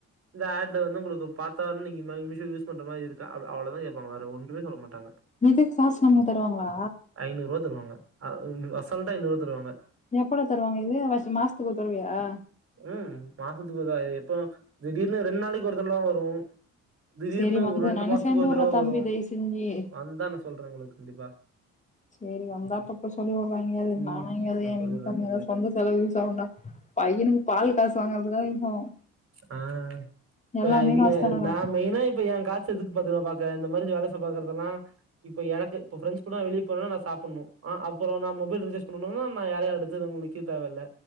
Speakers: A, on the right; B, on the left.
A: இந்த ஆட்ல வந்து ஒங்களுக்கு பாத்த வ நீங்க மீஷோ யூஸ் பண்ற மாதிரி இருக்கா அ அவ்வளதா கேப்பாங்க வேற ஒன்னுமே சொல்ல மாட்டாங்க
B: இதுக்கு காசு நமக்கு தருவாங்களா
A: ஐநூறு ரூபா தருவாங்க சொல்ட்டா ஐனூறுரூபா தருவாங்க
B: எப்படா தருவாங்க இது வருஷ மாசத்துக்கு ஒரு தடவயா
A: ம் மாசத்துக்கு ஒரு தடவ எப்போ வேணா திடீர்னு ரெண்டு நாளைக்கு ஒருதடலா வரு திடீர்னு
B: சேரி வந்து
A: ஒரு ரெண்டு
B: நானு
A: மாசத்துக்கு
B: சேந்து
A: ஒரு
B: வுட்றே
A: தடவ
B: தம்பி
A: வரு
B: தயவு செஞ்சு
A: வந்தா நா சொல்றே ஒங்களுக்கு கண்டிப்பா
B: சேரி வந்தா அப்பப்ப சொல்லி விடுறா எங்கேயாது
A: ம்
B: நானா எங்கேயாது
A: நா சொல்லிறே
B: கம்மாவ
A: சொல்லிறே
B: சொந்த செலவு யூஸ் நா பையனுக்கு பால் காசு வாங்குறத்துக்கா யூஸ் ஆகு
A: ஆ இப்ப
B: எல்லாமே
A: அ
B: காசு தானடா
A: நா மெயினா இப்ப எ காசு எதுக்கு பாத்தன்ன இப்ப இந்த மாதிரி வேல சா பாக்கறதெல்லா இப்போ எனக்கு இப்ப ஃப்ரெண்டஸ் கூட வெளிய போனும்ன ந சாப்பணு ஆ அப்பறம் நா மொபைல் ரீசார்ஜ் பண்ணும்னா நா யார அது உங்களுக்கு தேவயில்லை